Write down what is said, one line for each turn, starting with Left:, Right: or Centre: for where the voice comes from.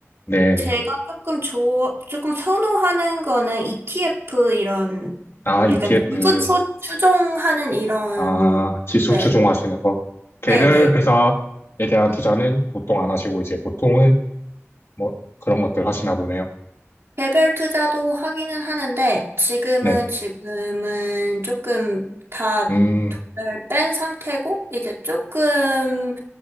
Left: 네네.
Right: 제가 조금 좋아, 조금 선호하는 거는 ETF 이런,
Left: 아, ETF,
Right: 약간 빈 추, 추종하는 이런,
Left: 아, 지수
Right: 네,
Left: 추종하시는 거. 개별
Right: 네네.
Left: 회사에 대한 투자는 보통 안 하시고 이제 보통은 뭐 그런 것들 하시나 보네요.
Right: 개별 투자도 하기는 하는데 지금은
Left: 네.
Right: 지금은 조금 다를
Left: 음,
Right: 뺀 상태고 이제 조금